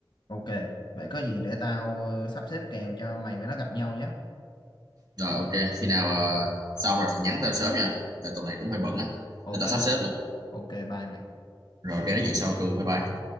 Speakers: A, on the left; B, on the right.
A: ok vậy có gì để tao ờ, sắp xếp kèo cho mày với nó gặp nhau nhé
B: rồi ok khi nào ờ, xong rồi thì nhắn tao sớm nha tại tuần này cũng hơi bận á
A: ok
B: để tao sắp xếp luôn
A: ok bye mày
B: rồi cái nói chuyện sau tru bye bye